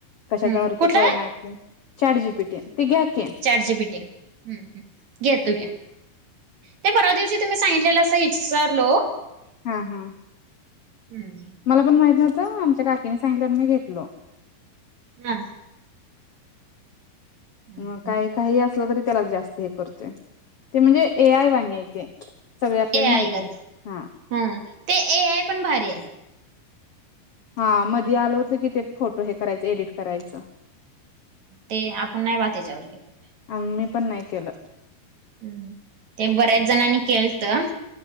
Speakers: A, on the left (about 65°); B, on the right (about 50°).
A: कशाचा
B: हम्म
A: अर्थ
B: कुठला
A: कळना
B: आहे
A: <unintelligible> चाट जी पी टी ते घ्या की.
B: चाट जी पी टी, हम्म हम्म. घेतो घ्या, ते परवा दिवशी तुम्ही सांगितलेलं असं इसारलो.
A: हा हा,
B: हम्म
A: मला पण माहित नव्हतं, आमच्या काकीने सांगितलं आणि मी घेतलो.
B: हा. हम्म,
A: मग काही
B: हम्म.
A: काही असलं तरी त्याला जास्त हे करतोय, ते म्हणजे ए आय वानी हाय ते इथे, सगळे आपल्याला
B: ए आय
A: माहिती,
B: गत
A: हा.
B: हम्म, ते ए आय पण भारी आहे.
A: हा, मध्ये आलं होतं की ते फोटो हे करायचं एडिट करायचं.
B: ते आपण नाही बा तेच्यावर गेलो.
A: उम मी पण नाही केलं.
B: हम्म, ते बऱ्याच जणांनी केलतं.